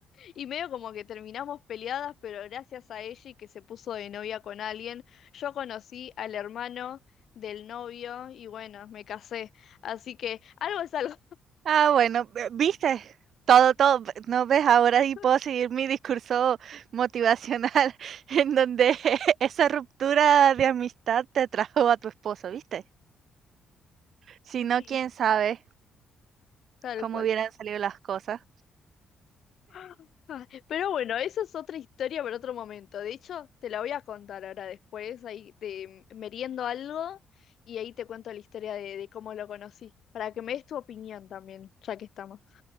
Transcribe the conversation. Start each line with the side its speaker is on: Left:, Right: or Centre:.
Left: y medio como que terminamos peleadas, pero gracias a ella y que se puso de novia con alguien, yo conocí al hermano del novio y bueno, me casé. Así que algo es algo.
Right: Ah, bueno, ve- viste, todo, todo, ve- no ves, ahora y
Left: <laughs>
Right: puedo seguir mi discurso motivacional <laughs> en donde <laughs> esa ruptura de amistad te trajo a tu esposo, ¿viste? Si no,
Left: Sí,
Right: quién sabe
Left: tal
Right: cómo
Left: cual.
Right: hubieran salido las cosas.
Left: <gasps> Ah, Pero bueno, eso es otra historia para otro momento. De hecho, te la voy a contar ahora después, ahí te mm, meriendo algo y ahí te cuento la historia de, de cómo lo conocí, para que me des tu opinión también, ya que estamos.